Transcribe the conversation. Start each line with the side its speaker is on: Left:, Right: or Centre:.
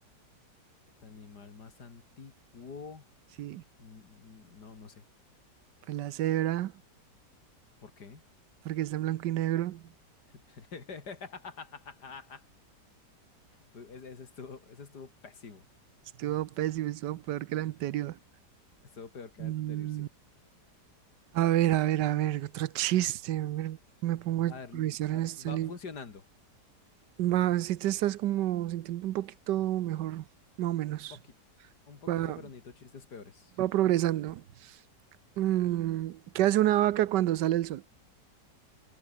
Left: el animal más antiguo.
Right: Sí,
Left: n- No, no sé.
Right: pues la cebra,
Left: ¿Por qué?
Right: porque está en blanco y negro.
Left: <laughs> Uy, Ese, ese estuvo, ese estuvo pésimo.
Right: Estuvo pésimo, estuvo peor que el anterior.
Left: Estuvo peor que
Right: Mm,
Left: el anterior, sí.
Right: A ver, a ver, a ver, otro chiste. a ver, me pongo a
Left: A
Right: improvisar
Left: ver, a-
Right: en
Left: va
Right: este libro.
Left: funcionando.
Right: Va, si te estás como sintiendo un poquito mejor, más o menos.
Left: Poquito, un poquito,
Right: Va,
Left: pero necesito chistes peores.
Right: va progresando. Mm, ¿qué hace una vaca cuando sale el sol?